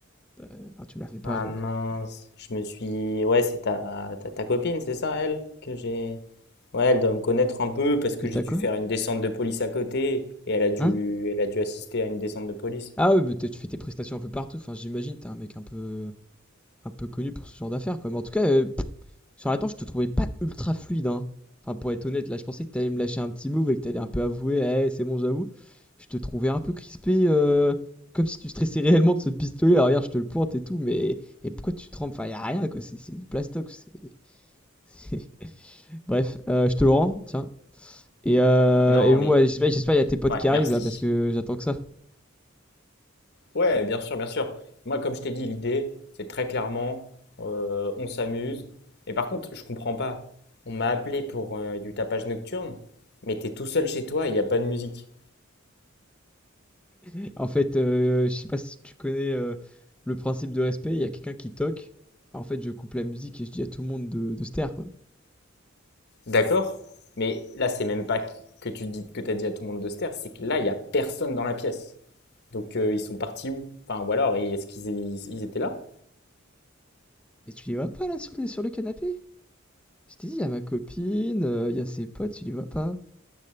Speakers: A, in the centre; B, on the left.
A: euh, ah, tu me la fais pas,
B: Ah
A: moi.
B: mince, je me suis. Ouais, c'est ta, ta, ta copine, c'est ça, elle, que j'ai. Ouais, elle doit me connaître un peu parce
A: Que
B: que
A: t'as
B: j'ai dû
A: quoi?
B: faire une descente de police à côté et elle a dû,
A: Hein?
B: elle a dû assister à une descente de police.
A: Ah oui, mais t'as- tu fais tes prestations un peu partout. Enfin, j'imagine, t'es un mec un peu un peu connu pour ce genre d'affaires, quoi. Mais en tout cas, heu, sur la danse, je te trouvais pas ultra fluide, hein. Enfin, pour être honnête, là, je pensais que t'allais me lâcher un petit move et que t'allais un peu avouer: «Eh, c'est bon, j'avoue». Je te trouvais un peu crispé, heu, comme si tu stressais réellement de ce pistolet. Alors regarde, je te le pointe et tout, mais et pourquoi tu trembles? Enfin, y a rien, quoi, c'est c'est du plastox c'est <laughs> bref, heu, je te le rends, tiens et heu
B: Non,
A: et bon,
B: mais
A: ouais, j'espère j'espère il y a tes potes
B: ouais,
A: qui arrivent,
B: merci.
A: là, parce que j'attends que ça.
B: Ouais, bien sûr, bien sûr. Moi, comme je t'ai dit, l'idée, c'est très clairement, euh, on s'amuse. Et par contre, je comprends pas. On m'a appelé pour euh, du tapage nocturne, mais t'es tout seul chez toi et il n'y a pas de musique.
A: <laughs> En fait, euh, je sais pas si tu connais euh, le principe de respect, il y a quelqu'un qui toque. En fait, je coupe la musique et je dis à tout le monde de, de se taire, quoi.
B: D'accord? Mais là, c'est même pas qu- que tu dis, que t'as dit à tout le monde de se taire, c'est que là, il n'y a personne dans la pièce. Donc, euh, ils sont partis où? Enfin, ou alors, est-ce qu'ils ils- ils étaient là?
A: Et tu les vois pas là sur le, sur le canapé? Je t'ai dit, il y a ma copine, euh, il y a ses potes, tu les vois pas.